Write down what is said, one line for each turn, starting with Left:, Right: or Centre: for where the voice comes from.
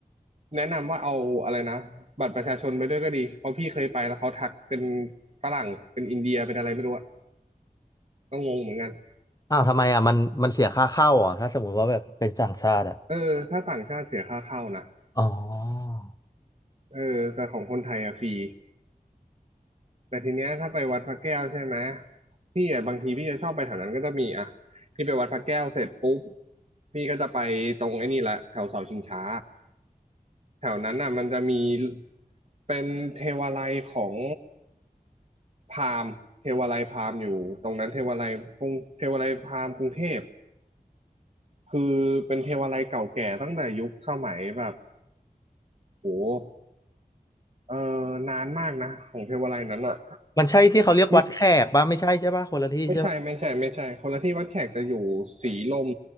Right: แนะนำว่าเอาอะไรนะบัตรประชาชนไปด้วยก็ดีเพราะพี่เคยไปแล้วเขาทักเป็นฝรั่งเป็นอินเดียเป็นอะไรไม่รู้อะก็งงเหมือนกัน
Left: อ้าวทำไมอ่ะมันมันเสียค่าเข้าเหรอ่ะถ้าสมมติว่าแบบเป็นต่างชาติอ่ะ
Right: เออถ้าต่างชาติเสียค่าเข้านะ
Left: อ๋อ
Right: เออแต่ของคนไทยอะฟรีแต่ทีเนี้ยถ้าไปวัดพระแก้วใช่ไหมพี่อะบางทีพี่จะชอบไปแถวนั้นก็จะมีอะพี่ไปวัดพระแก้วเสร็จปุ๊บพี่ก็จะไปตรงไอ้นี่แหละแถวเสาชิงช้า แถวนั้นน่ะมันจะมีเป็นเทวาลัยของพราหมณ์เทวาลัยพราหมณ์อยู่ตรงนั้นเทวาลัยกรุงเทวาลัยพราหมณ์กรุงเทพคือเป็นเทวาลัยเก่าแก่ตั้งแต่ยุคสมัยแบบโหเออนานมากนะของเทวาลัยนั้นอ่ะ
Left: มันใช่ที่เขาเรียกวัดแขกป่ะไม่ใช่ใช่ป่ะคนละที่ใช่ป่ะ
Right: นี่ไม่ใช่ไม่ใช่ไม่ใช่คนละที่วัดแขกจะอยู่สีลม